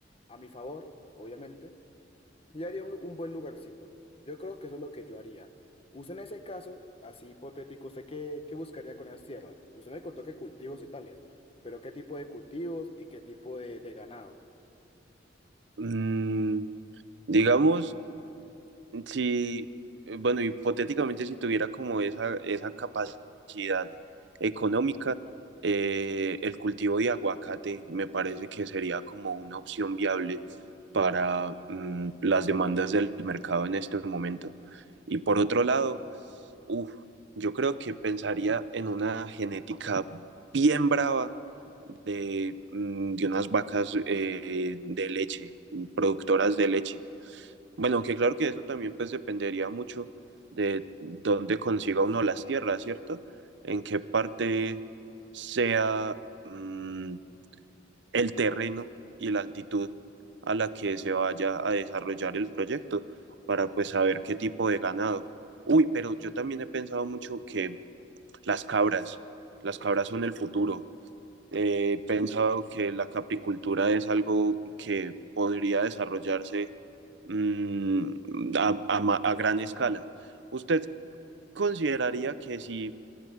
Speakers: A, on the left (about 30°); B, on the right (about 65°).
A: a mi favor, obviamente yo haría un, lu- un buen lugarcito. Yo creo que eso es lo que yo haría. Usted en ese caso, así hipotético, ¿usted qué, qué buscaría con esas tierras? Usted me contó que cultivos y tales, pero ¿qué tipo de cultivos y qué tipo de, de ganado?
B: Mm, digamos, si, bueno, hipotéticamente si tuviera como esa, esa capacidad económica, eh, el cultivo de aguacate me parece que sería como una opción viable para mm, las demandas del mercado en este momento. Y por otro lado, Uf, yo creo que pensaría en una genética bien brava de, mm, de unas vacas eh, de leche, productoras de leche. Bueno, aunque claro que eso también pues dependería mucho de dónde consiga uno las tierras, ¿cierto? En qué parte sea mm, el terreno y la altitud a la que se vaya a desarrollar el proyecto para pues saber qué tipo de ganado. Uy, pero yo también he pensado mucho que las cabras. Las
A: Ok.
B: cabras son el futuro. Eh, he pensado que la capricultura es algo que podría desarrollarse mmm, a, a, ma- a, gran escala. ¿Usted consideraría que si